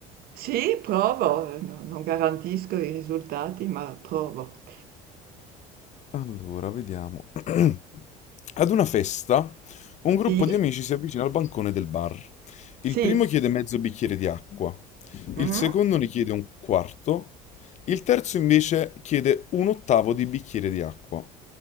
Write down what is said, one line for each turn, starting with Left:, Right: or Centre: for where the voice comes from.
Right: Sì, provo. eh, no- Non garantisco i risultati, ma provo.
Left: Allora, vediamo. <clears throat> Ad una festa, un gruppo
Right: Sì?
Left: di amici si avvicina al bancone del bar.
Right: Sì.
Left: Il primo chiede mezzo bicchiere di acqua,
Right: Mm?
Left: il secondo ne chiede un quarto, il terzo invece chiede un ottavo di bicchiere di acqua.